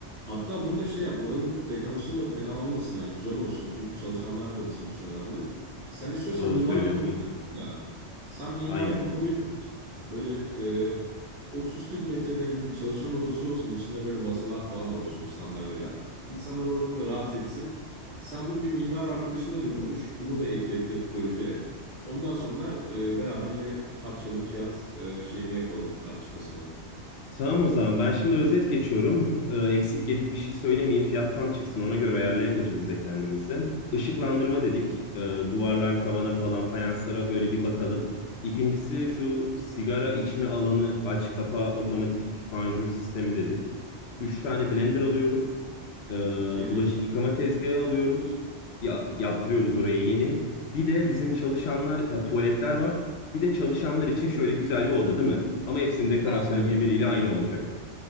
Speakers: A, on the right; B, on the left.
A: Hatta bunu da şey yap oranın dekorasyonu da fena olmasın yani güzel olsun. Çünkü çalışanlar da bizim için önemli. Sen istiyorsan
B: Doğru
A: mimarla
B: söylüyorsun.
A: konuş ya. Sen mimara
B: Aynen.
A: bu konuyu da aç. böyle e, 30-40 metrekarelik bir çalışan odası olsun. içinde böyle masalar falan olsun, sandalyeler. İnsanlar orada da rahat etsin. Sen bunu bir mimar arkadaşına da konuş. Bunu da eklettir projeye. Ondan sonra e, beraber yine tartışalım fiyat e, şeyini yapalım tartışmasını.
B: Tamam o zaman ben şimdi özet geçiyorum. Ee, eksik gedik bir şey söylemeyeyim. Fiyat tam çıksın ona göre ayarlayak acı biz de kendimizi. Işıklandırma dedik. Ee, duvarlar, tavana falan fayanslara böyle bir bakalım. İkincisi şu sigara içme alanı aç kapa otomatik panjur sistemi dedik. Üç tane blender alıyoruz. Ee,
A: Hı hı.
B: bulaşık yıkama tezgahı alıyoruz. Ya, yaptırıyoruz oraya yeni. Bir de bizim çalışanlar, ha, tuvaletler var. Bir de çalışanlar için şöyle güzel bir oda değil mi? Ama hepsinin dekorasyonu
A: Aynen
B: birbiriyle
A: öyle.
B: aynı olacak.